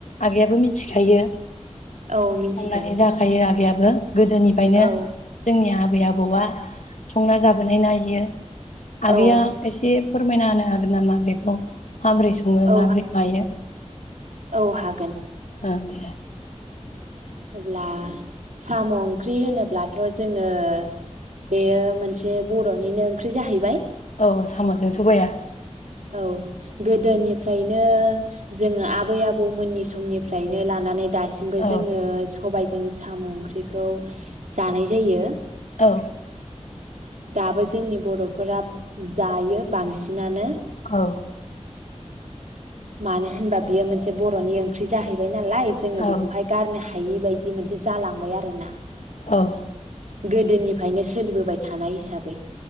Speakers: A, on the left (about 80°); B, on the right (about 85°).
A: आगैयाबो मिथिखायो?
B: औ मिथिगौ
A: संनानै जाखायो आ गैयाबो गोदोनिफ्रायनो
B: औ
A: जोंनि आ आबै आबौआ संना जाबोनाय ना इयो। आगैया
B: औ
A: एसे फोरमायना होनो हागोन नामा? आगै औ माबोरै सङो
B: औ
A: माबोरै मायो।
B: औ हागोन।
A: ओ दे
B: अब्ला साम' ओंख्रि होनोब्लाथ' जोंङो बेयो मोनसे बर'निनो ओंख्रि जाहैबाय।
A: अ साम'जों सबाया
B: औ गोदोनिफ्रायनो जोंङो आबै आबौमोननि समनिफ्रायनो लानानै दासिम सिमबो
A: औ
B: जोंङो सबाय जों साम' ओंख्रिखौ जानाय जायो।
A: औ।
B: दाबो जोंनि बर'फोरा जायो बांसिनानो।
A: औ।
B: मानो होनबा बियो मोनसे बर'नि ओंख्रि जाहैबाय नालाय जोङो
A: औ
B: बेखौहाय गारनो हायै बायदि बिदि मोनसे जालांबाय आरो ना।
A: अ'
B: गोदोनिफायनो सोलिबोबाय थानाय हिसाबै।